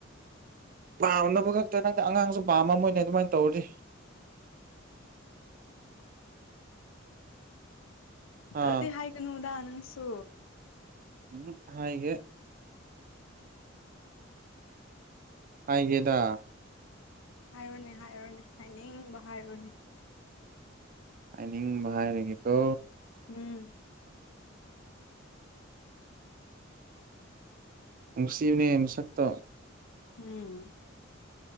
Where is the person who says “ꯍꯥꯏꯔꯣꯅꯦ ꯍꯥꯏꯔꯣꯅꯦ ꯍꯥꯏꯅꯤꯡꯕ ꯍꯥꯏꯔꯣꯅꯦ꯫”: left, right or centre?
Left